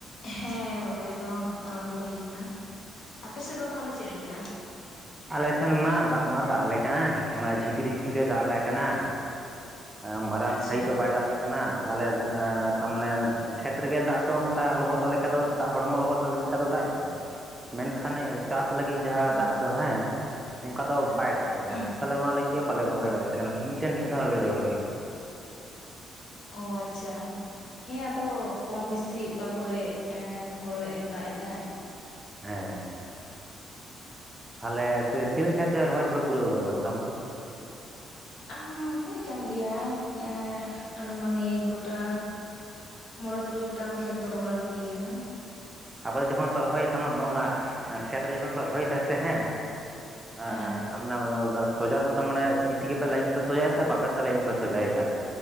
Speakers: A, on the left; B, on the right.
A: ᱦᱮᱸ ᱨᱚᱦᱚᱭ ᱫᱚ ᱟᱨᱟᱢᱵᱚ ᱦᱩᱭ ᱟᱠᱟᱱᱟ ᱟᱯᱮᱥᱮᱫ ᱫᱚ ᱛᱟᱦᱚᱞᱮ ᱪᱮᱫ ᱞᱮᱠᱟ?
B: ᱟᱞᱮ ᱥᱮᱱ ᱢᱟ ᱫᱟᱜ ᱢᱟ ᱫᱟᱜ ᱟᱞᱮ ᱠᱟᱱᱟ ᱚᱱᱟ ᱡᱷᱤᱯᱤᱨ ᱡᱷᱤᱯᱤᱨ ᱨᱮ ᱫᱟᱜ ᱟᱞᱮ ᱠᱟᱱᱟ ᱦᱮ ᱢᱟᱨᱟᱝ
A: ᱟᱪᱪᱷᱟ
B: ᱥᱟᱦᱤᱡ ᱫᱚ ᱵᱟᱭ ᱫᱟᱜ ᱮᱜ ᱠᱟᱱᱟ ᱛᱟᱦᱚᱞᱮ ᱛᱟᱨ ᱢᱟᱱᱮ ᱠᱷᱮᱛ ᱨᱮᱜᱮ ᱫᱟᱜ ᱫᱚ ᱚᱱᱠᱟ ᱞᱚᱦᱚᱫᱚᱜ ᱞᱮᱠᱟᱱ ᱫᱚ ᱫᱟᱜ ᱦᱚᱲᱢᱚ ᱞᱚᱦᱚᱫᱚᱜ ᱞᱮᱠᱟ ᱫᱚ ᱫᱟᱜ ᱮᱫᱟᱭ ᱢᱮᱱᱠᱷᱟᱱ ᱪᱟᱥ ᱞᱟᱹᱜᱤᱫ ᱡᱟᱦᱟᱸ
A: ᱚ
B: ᱫᱟᱜ ᱫᱚ ᱦᱮᱸ ᱚᱱᱠᱟ ᱫᱚ ᱵᱟᱭ ᱫᱟᱜ ᱮᱫᱟ
A: ᱦᱩᱸ
B: ᱛᱟᱦᱚᱞᱮ ᱚᱱᱟ ᱞᱟᱹᱜᱤᱫ ᱵᱟᱞᱮ ᱨᱚᱦᱚᱭ ᱫᱟᱲᱮᱭᱟᱜᱼᱟ ᱠᱟᱱᱟ ᱢᱤᱫᱴᱮᱱ ᱠᱷᱮᱛ ᱦᱚᱸ ᱟᱣᱨᱤ ᱞᱮ ᱨᱚᱦᱚᱭᱟ
A: ᱚ ᱟᱪᱪᱷᱟ ᱦᱮᱸ ᱟᱫᱚ ᱠᱚᱢ ᱵᱤᱥᱤ ᱚᱠᱟ ᱠᱚᱨᱮ ᱮᱸ ᱠᱚᱨᱮ ᱫᱟᱜ ᱮᱫᱟᱭ
B: ᱦᱮᱸ ᱛᱟᱦᱞᱮ ᱛᱤᱱᱟᱹᱜ ᱠᱷᱮᱛ ᱨᱮ ᱨᱚᱦᱚᱭ ᱫᱚᱯᱮ ᱯᱩᱨᱟᱹᱣ ᱠᱟᱫᱟ ᱢᱚᱴᱟᱢᱩᱴᱤ?
A: ᱟᱢ ᱦᱩᱭ ᱠᱟᱱ ᱜᱮᱭᱟ ᱮᱸ ᱟᱱᱩᱢᱟᱹᱱᱤᱠ ᱜᱚᱴᱟ ᱢᱚᱬᱮ ᱛᱩᱨᱩᱭ ᱜᱚᱴᱟᱝ ᱠᱷᱮᱛ ᱫᱚ ᱨᱚᱦᱚᱭ ᱦᱳ ᱟᱠᱟᱱᱟ᱾
B: ᱟᱯᱮ ᱡᱚᱠᱷᱚᱱ ᱯᱮ ᱨᱚᱦᱚᱭᱮᱫ ᱠᱟᱱᱟ ᱚᱱᱟ ᱠᱷᱮᱛᱨᱮ ᱡᱚᱠᱷᱚᱱ ᱯᱮ ᱨᱚᱦᱚᱭ ᱫᱟ ᱥᱮ ᱦᱮᱸ
A: ᱦᱮᱸ
B: ᱟᱨ <inaudible> ᱥᱚᱡᱟ ᱫᱚ ᱛᱟᱢᱟᱱᱮ ᱛᱤᱛᱤ ᱜᱮ ᱯᱮ ᱞᱟᱭᱤᱱ ᱯᱮ ᱥᱚᱡᱟᱭ ᱥᱮ ᱵᱟᱵᱮᱨ ᱛᱮ ᱞᱟᱭᱤᱱ ᱯᱮ ᱥᱚᱡᱟᱭᱮᱫᱟ